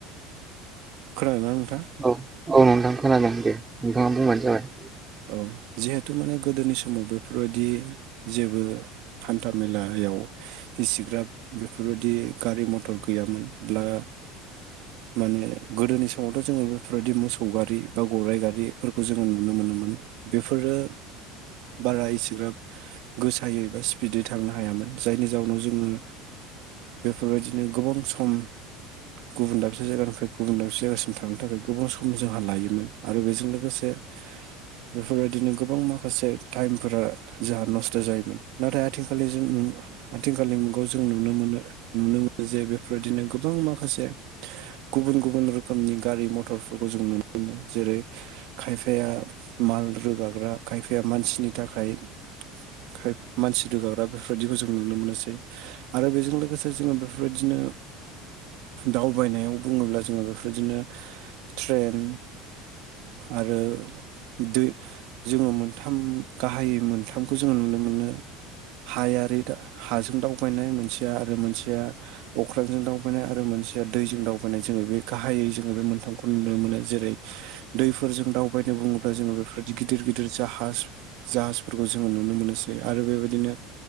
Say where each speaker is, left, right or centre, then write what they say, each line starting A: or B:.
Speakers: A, on the right (about 65°); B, on the right (about 20°).
A: खोनादों ना नोंथाङा?
B: औ औ नोंथां खोनादों दे नोंथाङा बुंबानो जाबाय।
A: औ जिहेथु माने गोदोनि समाव बेफोरबायदि जेबो हान्था मेलायाव इसिग्राब बेफोरबायदि गारि मथर गैयामोनब्ला
B: <inaudible>
A: माने गोदोनि समावथ' जोङो बेफोरबायदि मोसौ गारि बा गराइ गारिफोरखौ जोङो नुनो मोनोमोन। बेफोरो बारा इसेग्राब गोसायै बा स्पिदै थांनो हायामोन जायनि जाउनाव जोङो बेफोरबायदिनो गोबां सम गुबुन दाबसे जायगानिफ्राय गुबुन दाबसे जायगासिम थांनो थाखाय गोबां सम जोंहा लायोमोन। आरो बेजों लोगोसे बेफोरबायदिनो गोबां माखासे टाइमफोरा जोंहा नस्थ' जायोमोन नाथाय आथिखाल आथिखालनि मुगा खौ जों नुनो मोनो नुनो मोनो जे बेफोरबादिनो गोबां माखासे गुबुन गुबुन रोखोमनि गारि मथरफोरखौ जों नुनो मोनो जेरै खायफाया माल रोगाग्रा खायफाया मानसिनि थाखाय खायफ मानसि रोगाग्रा बेफोरबायदिखौ जों नुनो मोनोसै। आरो बेजों लोगोसे जोङो बेफोरबायदिनो दावबायनायाव बुङोब्ला जोङो बेफोरदिनो ट्रेन। आरो दो जोङो मोनथाम गाहायै मोनथामखौ जोङो नुनो मोनो। हायारि हाजों दावबायनाय मोनसेया आरो मोनसेया अख्रांजों दावबायनाय आरो मोनसेया दैजों दावबायनाय जोङो बे गाहायै जोङो बे मोनथामखौ नुनो मोनो जेरै दैफोरजों दाउ बायदि बुङोब्ला जोङो बेफोरदि गिदिर गिदिर जाहाज जाहाजफोरखौ जोङो नुनो मोनोसो आरो बेबायदिनो